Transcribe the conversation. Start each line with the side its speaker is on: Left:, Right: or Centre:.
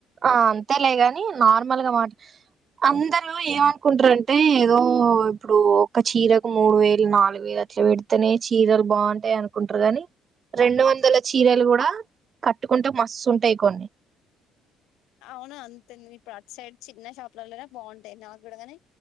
Right: ఆ అంతేలే గాని నార్మల్గా మాట అందరుూ ఏమనుకుంటారంటే ఏదో ఇప్పుడు ఒక చీరకు మూడు వేలు నాలుగు పెడినే చీరలు బాగుంటాయి అనుకుంటారు కాగాని రెండు వందల చీరలు కూడా కట్టుకుంటే మస్తు ఉంటాయి కొన్ని
Left: అవునా అంతే ఇప్పుడు అటు సైడ్ చిన్న షాపులలోనే బాగుంటాయి నాకు కూడా ని